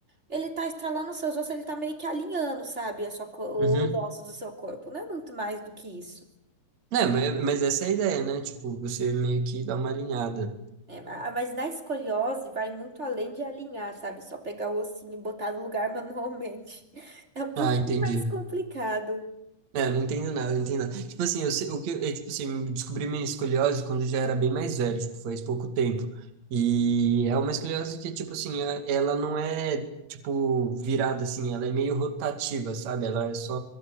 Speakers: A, on the right; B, on the right.
A: ele tá estralando os seus ossos, ele tá meio que alinhando, sabe? A sua, co-
B: Uhum.
A: os ossos do seu corpo. Não é muito mais do que isso.
B: Não, mas, mas essa é a ideia, né? Tipo, você meio que dá uma alinhada.
A: É, ma- mas na escoliose vai muito além de alinhar, sabe? Só pegar o ossinho e botar no lugar manualmente. <laughs> É um pouquinho
B: Ah, entendi.
A: mais complicado.
B: É, eu não entendo nada, não entendo nada. Tipo assim, eu, se- o que, eu, tipo assim, descobri minha escoliose quando eu já era bem mais velho, tipo, faz pouco tempo. E é uma escoliose que, tipo assim, é- ela não é, tipo, virada assim, ela é meio rotativa, sabe? Ela é só